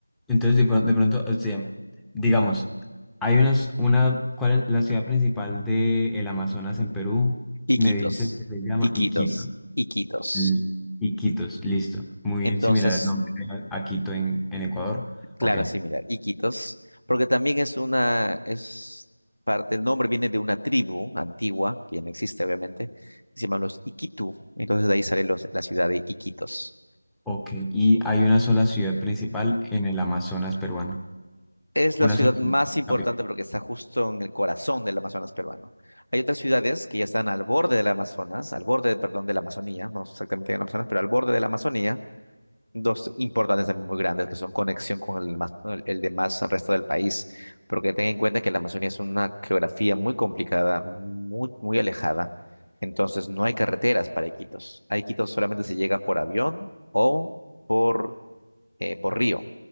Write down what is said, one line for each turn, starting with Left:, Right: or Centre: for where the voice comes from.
Centre: entonces, de, pro- de pronto, o sea, digamos, hay unas, una, ¿cuál es la ciudad principal de el Amazonas en Perú?
Left: Iquitos,
Centre: Me dices que se llama
Left: Iquitos,
Centre: Iquitos.
Left: Iquitos.
Centre: Mm, Iquitos, listo. Muy
Left: Entonces,
Centre: similar al nombre a a Quito en, en Ecuador.
Left: claro,
Centre: Ok.
Left: similar, Iquitos, porque también es una, es parte, el nombre viene de una tribu antigua, que ya no existe obviamente, que se llaman los Iquitu, entonces de ahí sale los- la ciudad de Iquitos.
Centre: Ok. Y hay una sola ciudad principal en el Amazonas peruano.
Left: Es
Centre: Una
Left: la ciudad
Centre: sola
Left: más
Centre: ciudad.
Left: importante
Centre: capital.
Left: porque está justo en el corazón del Amazonas peruano. Hay otras ciudades que ya están al borde del Amazonas, al borde, perdón, de la Amazonía, no exactamente en el Amazonas, pero al borde de la Amazonía, dos importantes también muy grandes que son conexión con el, más, el, el demás resto del país, porque ten en cuenta que la Amazonía es una geografía muy complicada, muy, muy alejada, entonces no hay carreteras para Iquitos. A Iquitos solamente se llega por avión o por, eh, por río.